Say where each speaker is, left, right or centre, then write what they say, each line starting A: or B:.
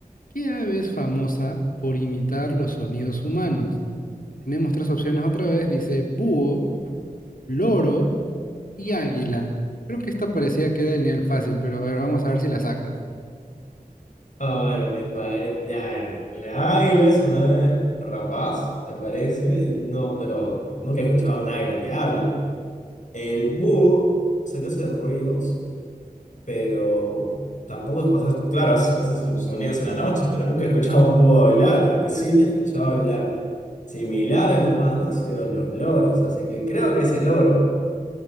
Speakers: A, on the left; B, on the left.
A: ¿Qué ave es famosa por imitar los sonidos humanos? Tenemos tres opciones otra vez. Dice búho, loro y águila. Creo que esta parecía que era del nivel fácil, pero a ver, vamos a ver si la sacas.
B: A ver, me parece. Ya, a ver, la águila es una ave rapaz, me parece. y No, pero nunca he escuchado a un águila que hable. El búho, sé que hace ruidos. pero tampoco, o sea, claro, hace hace sus sonidos en la noche, pero nunca he escuchado a un búho hablar, al que sí le he escuchado hablar similar al humano ha sido los loros, así que creo que es el loro.